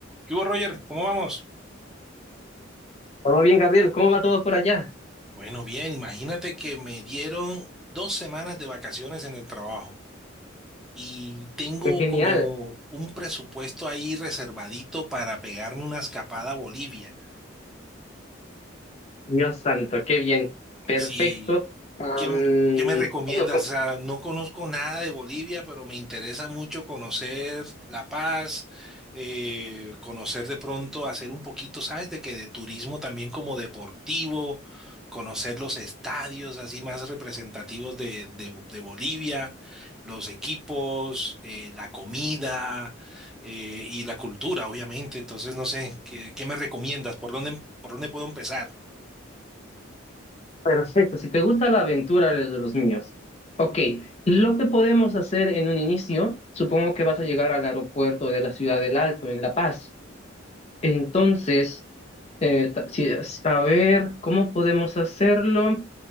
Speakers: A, in the centre; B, on the left (about 35°).
A: ¿Qué hubo, Roger? ¿Cómo vamos?
B: Todo bien, Gabriel, ¿cómo va todo por allá?
A: Bueno, bien, imagínate que me dieron dos semanas de vacaciones en el trabajo y tengo
B: Qué Genial,
A: como un presupuesto ahí reservadito para pegarme una escapada a Bolivia.
B: Dios santo, qué bien, perfecto.
A: Si
B: Am,
A: ¿Qué, qué me recomiendas?
B: bueno, com-
A: O sea, no conozco nada de Bolivia, pero me interesa mucho conocer La Paz, eh, conocer de pronto, hacer un poquito, ¿sabes? De que de turismo también como deportivo, conocer los estadios así más representativos de, de- de Bolivia, los equipos, eh, la comida, eh, y la cultura, obviamente. Entonces, no sé, ¿qué, qué me recomiendas? ¿Por dónde, por dónde puedo empezar?
B: perfecto, si te gusta la aventura, eres de los míos. Ok, lo que podemos hacer en un inicio, supongo que vas a llegar al aeropuerto de la Ciudad del Alto, en La Paz. Entonces, eh, ta- si- a ver, ¿cómo podemos hacerlo?